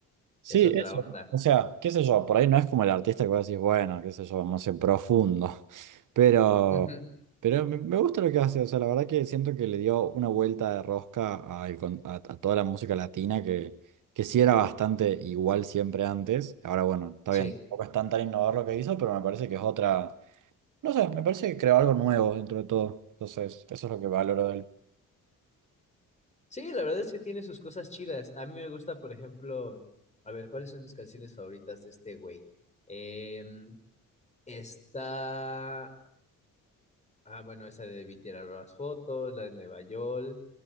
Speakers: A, on the right; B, on the left.
A: Sí,
B: es otra
A: eso.
B: onda.
A: O sea, qué sé yo, por ahí no es como el artista que vos decís, bueno, qué sé yo, no sé, profundo. <laughs> Pero,
B: Ujú,
A: pero me, me gusta lo que hace. O sea, la verdad que siento que le dio una vuelta de rosca al con- a, a toda la música latina que, que sí era bastante igual siempre antes. Ahora, bueno, está
B: Sí,
A: bien, tampoco es tan tan innovador lo que hizo, pero me parece que es otra. No sé, me parece que creó algo nuevo dentro de todo. Entonces, eso es lo que valoro de él.
B: sí, la verdad es que tiene sus cosas chidas. A mí me gusta, por ejemplo, a ver, ¿cuáles son mis canciones favoritas de este güey? Em, está Ah, bueno, esa de Debí tirar las fotos, la de Nueva York,